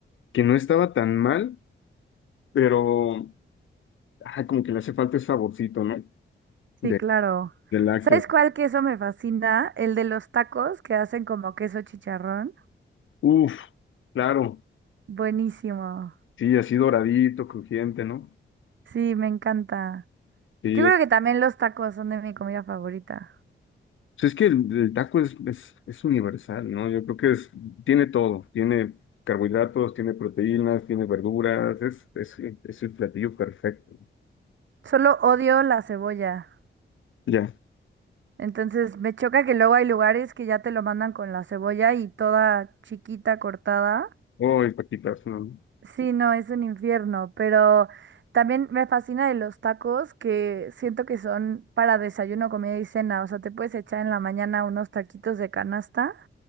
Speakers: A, on the left; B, on the right.
A: que no estaba tan mal, pero ay, como que le hace falta ese saborcito, ¿no?
B: Sí,
A: De,
B: claro.
A: de lácteo.
B: ¿Sabes cuál queso me fascina? El de los tacos que hacen como queso chicharrón.
A: Uf, claro.
B: Buenísimo.
A: Sí, así doradito, crujiente, ¿no?
B: Sí, me encanta.
A: Sí,
B: Yo creo que también los tacos son de mi comida favorita.
A: pues es que el, el taco es, es, es universal, ¿no? Yo creo que es, tiene todo, tiene carbohidratos, tiene proteínas, tiene verduras, es, es, es el platillo perfecto.
B: Solo odio la cebolla.
A: Ya.
B: Entonces me choca que luego hay lugares que ya te lo mandan con la cebolla y toda chiquita cortada.
A: Uy, paquitas no.
B: Sí, no, es un infierno, pero también me fascina de los tacos que siento que son para desayuno, comida y cena. O sea, te puedes echar en la mañana unos taquitos de canasta